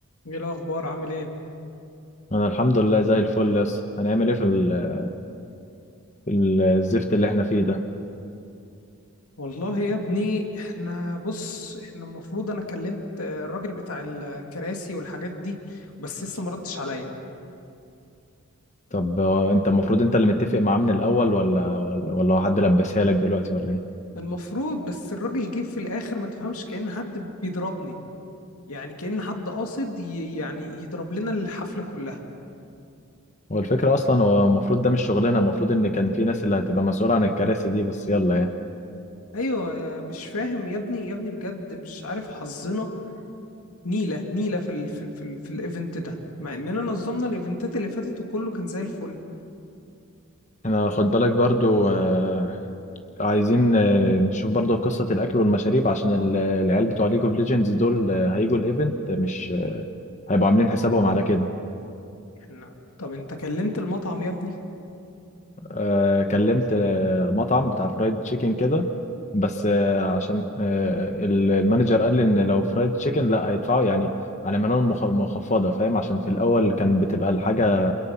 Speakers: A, on the left; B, on the left.
A: ايه الاخبار عامل ايه
B: انا الحمد لله زي الفل يس هنعمل ايه في ال- في ال- الزفت اللي احنا فيه ده
A: والله يا ابني احنا بص احنا المفروض انا كلمت آه، الراجل بتاع الكراسي والحاجات دي بس لسه ما ردش عليا
B: طب آه، انت المفروض انت اللي متفق معاه من الاول ولا ولا ولا هو حد لبسها لك دلوقتي ولا ايه
A: المفروض بس الراجل جه في الاخر ما تفهمش كأن حد بيضربني يعني كأن حد قاصد ي- يعني يضرب لنا الحفلة كلها
B: هو الفكره اصلا هو المفروض ده مش شغلنا المفروض ان كان في ناس اللي هتبقى مسؤوله عن الكراسي دي بس يلا يعني
A: ايوه آه، مش فاهم يا ابني يا ابني بجد مش عارف حظنا نيلة نيلة في ال في ال في, ال في الايفنت ده مع اننا نظمنا الايفنتات اللي فاتت وكله كان زي الفل
B: احنا خد بالك برضو آه، عايزين آه، نشوف برضو قصه الاكل والمشاريب عشان ال- العيال بتوع ليج اوف ليجندز دول آه، هيجوا الايفنت مش هيبقوا عاملين حسابهم على كده
A: احنا طب انت كلمت المطعم يا ابني
B: آه، كلمت آه، مطعم بتاع فرايد تشيكن كده بس آه، عشان آه، ال- المانجر قال لي ان لو فرايد تشيكن لا هيدفعوا يعني هنعمل لهم مخ- مخفضه فاهم عشان في الاول كان بتبقى الحاجه